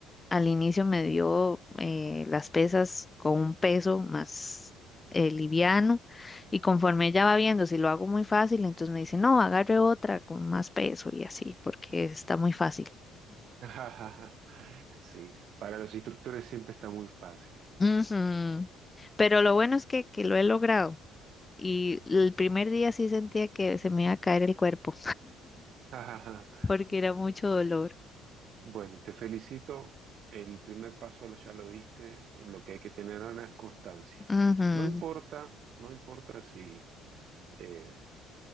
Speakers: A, on the left; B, on the right.
A: al inicio me dio eh, las pesas con un peso más eh, liviano. Y conforme ella va viendo, si lo hago muy fácil, entonces me dice, no, agarre otra con más peso y así, porque está muy fácil.
B: <laughs> Sí, para los instructores siempre está muy fácil.
A: Ujú. Pero lo bueno es que, que lo he logrado. Y el primer día sí sentía que se me iba a caer el cuerpo.
B: <laughs>
A: porque era mucho dolor.
B: Bueno, te felicito. El primer paso lo- ya lo diste. Lo que hay que tener, Ana, es constancia.
A: Ujú,
B: No importa, no importa si, eh,